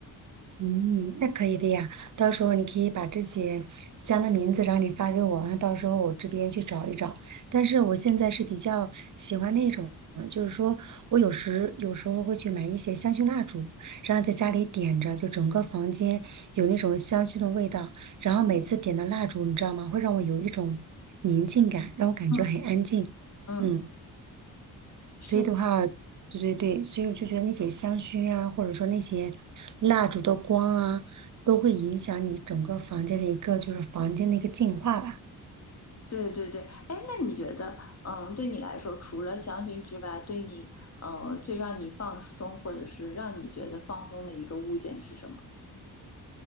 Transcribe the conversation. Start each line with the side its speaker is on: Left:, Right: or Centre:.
Right: 嗯，那可以的呀。到时候你可以把这些香的名字，然后你发给我，然后到时候我这边去找一找。但是我现在是比较喜欢那种，嗯就是说我有时有时候会去买一些香薰蜡烛，然后在家里点着，就整个房间有那种香薰的味道。然后每次点的蜡烛，你知道吗？会让我有一种宁静感，让我感觉很安静。
Left: 嗯，嗯，
Right: 嗯。
Left: 是吗
Right: 所以的话，对对对，所以我就觉得那些香薰啊，或者说那些蜡烛的光啊，都会影响你整个房间的一个就是房间的一个净化吧。
Left: 对对对。哎，那你觉得，嗯，对你来说，除了香薰之外，对你，呃，最让你放松，或者是让你觉得放松的一个物件是什么？